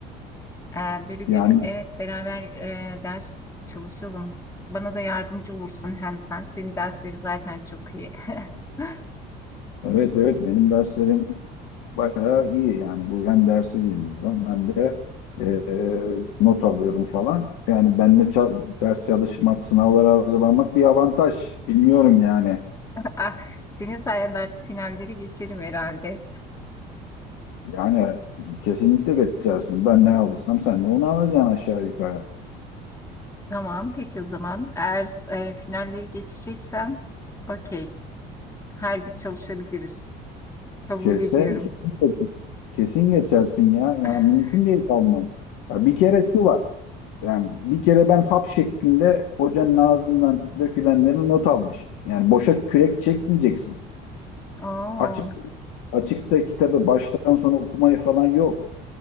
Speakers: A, on the left; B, on the left.
A: Ee, bir gün
B: Yani
A: evet beraber e, ders çalışalım. Bana da yardımcı olursun hem sen. Senin derslerin zaten çok iyi. <laughs>
B: evet evet benim derslerim bayağı iyi yani. Bu hem dersi dinliyorum hem de e, not alıyorum falan. Yani benimle ça- ders çalışmak, sınavlara hazırlanmak bir avantaj. Bilmiyorum yani.
A: Ah, senin sayende artık finalleri geçerim herhalde.
B: Yani kesinlikle geçersin. Ben ne alırsam sen de onu alacaksın aşağı yukarı.
A: Tamam peki o zaman eğer e, finalleri geçeceksem okey. Her gün çalışabiliriz. Kabul
B: Kesse,
A: ediyorum.
B: kesin, geç- kesin geçersin ya. Yani
A: <laughs>
B: mümkün değil kalman. Ya bir kere şu var. Yani bir kere ben hap şeklinde hocanın ağzından dökülenleri not almışım. Yani boşa kürek çekmeyeceksin.
A: Oo,
B: Açık açıkta kitabı baştan sona okumayı falan yok.